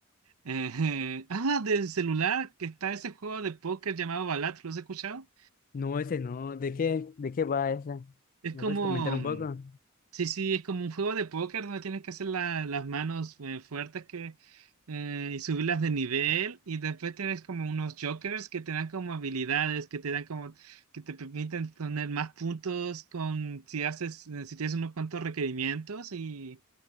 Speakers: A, on the right; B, on the left.
A: eh, <laughs> ah, del celular, que está ese juego de póker llamado Balat, ¿lo has escuchado?
B: No, ese no. ¿De qué, de qué va esa?
A: Es
B: ¿Me
A: como...
B: puedes comentar un poco?
A: Sí, sí, es como un juego de póker donde tienes que hacer la- las manos eh, fuertes que, eh, y subirlas de nivel y después tienes como unos jokers que te dan como habilidades, que te dan como, que te permiten tener más puntos con si haces, eh, si tienes unos cuantos requerimientos y